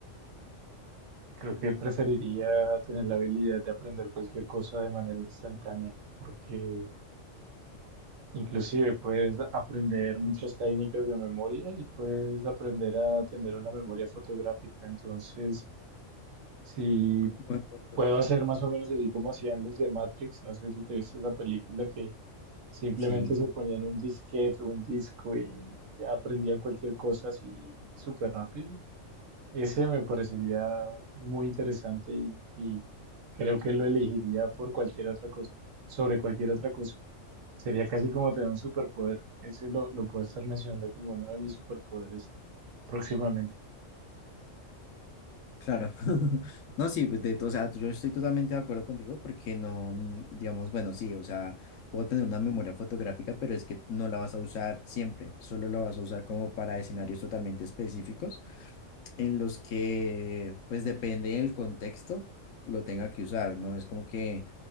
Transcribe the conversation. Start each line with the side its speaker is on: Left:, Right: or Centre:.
Right: Creo que preferiría tener la habilidad de aprender cualquier cosa de manera instantánea, porque inclusive puedes aprender muchas técnicas de memoria y puedes aprender a tener una memoria fotográfica. Entonces, si
Left: Buen punto.
Right: puedo hacer más o menos así como hacían los de Matrix, no sé si te viste esa película que Simplemente
Left: Sí,
Right: se ponían un disquete o un disco y ya aprendían cualquier cosa así súper rápido. Ese me parecería muy interesante y, y creo que lo elegiría por cualquier otra cosa, sobre cualquier otra cosa. Sería casi como tener un superpoder. Ese lo, lo puedo estar mencionando como uno de mis superpoderes próximamente.
Left: claro. <laughs> No, sí, pues, de, to- o sea, yo estoy totalmente de acuerdo contigo porque no, mm, digamos, bueno, sí, o sea, puedo tener una memoria fotográfica, pero es que no la vas a usar siempre, solo la vas a usar como para escenarios totalmente específicos. en los que, pues depende del contexto, lo tenga que usar, ¿no? Es como que,